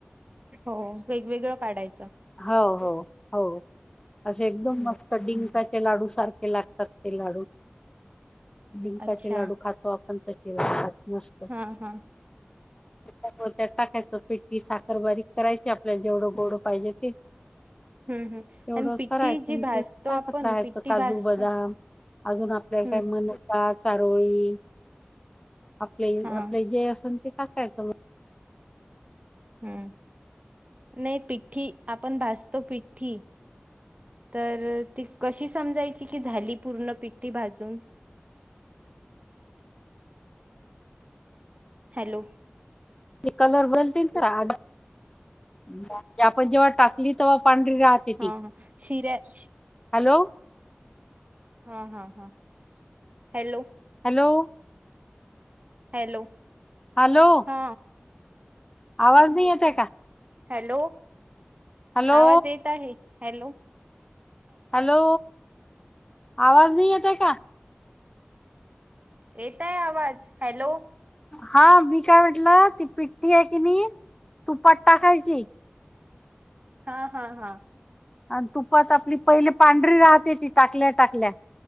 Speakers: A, on the right; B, on the left.
A: हो वेगवेगळं काढाय
B: हो हो हो. असे एकदम मस्त डिंकाचे लाडू सारखे लागतात ते लाडू. डिंकाचे
A: अच्छा
B: लाडू खातो आपण तसे लागतात मस्त.
A: हा हा
B: <unintelligible> त्यात टाकायचं पिट्टी साखर बारीक करायची, आपल्याला जेवढं गोड पाहिजे ती तेवढं
A: हम्म हम्म आणि पिठी
B: करायचं,
A: जी
B: मग
A: भाजतो
B: ते टाकत
A: आपण
B: राहायचं
A: पिठी
B: काजू,
A: भाजतो
B: बदाम. अजून आपल्या
A: हम्म
B: काय मनुका चारोळी आपले
A: हा
B: आपले जे असल ते टाकायचं म.
A: हम्म, नाही पिठ्ठी आपण भाजतो पिठ्ठी. तर ती कशी समजायची की झाली पूर्ण पिठ्ठी भाजून? <inaudible> हॅलो!
B: ते कलर बनतील ना, जे आपण जेव्हा टाकली तेव्हा पां री राहते
A: हा
B: ती,
A: हा शिऱ्या
B: हॅलो!
A: हा हा हा, हॅलो!
B: हॅलो!
A: हॅलो.
B: हॅलो.
A: हा
B: आवाज नाही येते हे का.?
A: हॅलो
B: हॅलो
A: आवाज येत आहे हॅलो.
B: हॅलो आवाज नाही येत का.?
A: येतय आवाज हॅलो.
B: हा मी काय म्हटलं ती पिठ्ठी आहे की नाही. तूपात टाकायची.
A: हा हा हा.
B: आणि तुपात आपली पहिली पांढरी राहते, ती टाकल्या टाकल्या.